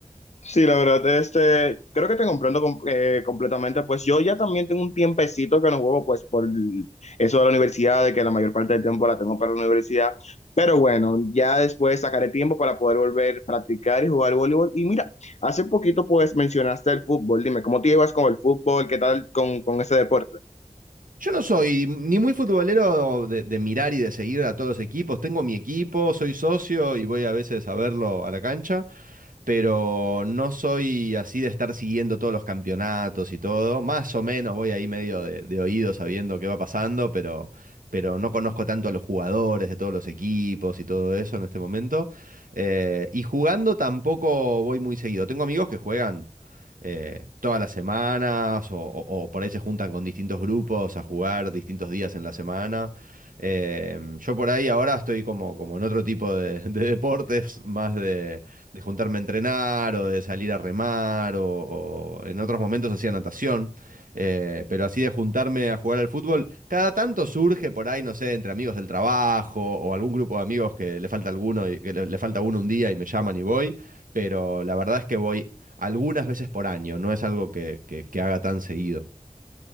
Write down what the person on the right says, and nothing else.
Yo no soy ni muy futbolero de, de mirar y de seguir a todos los equipos. Tengo mi equipo, soy socio y voy a veces a verlo a la cancha. pero no soy así de estar siguiendo todos los campeonatos y todo. Más o menos voy ahí medio de, de oído sabiendo qué va pasando, pero, pero no conozco tanto a los jugadores de todos los equipos y todo eso en este momento. Eh, y jugando tampoco voy muy seguido. Tengo amigos que juegan eh, todas las semanas o, o- o por ahí se juntan con distintos grupos a jugar distintos días en la semana. Eh, yo por ahí ahora estoy como, como en otro tipo de, de deportes, <laughs> más de, de juntarme a entrenar o de salir a remar o, o en otros momentos hacía natación, eh, pero así de juntarme a jugar al fútbol, cada tanto surge por ahí, no sé, entre amigos del trabajo o algún grupo de amigos que le falta alguno y que le, le falta uno un día y me llaman y voy, pero la verdad es que voy algunas veces por año, no es algo que, que- que haga tan seguido.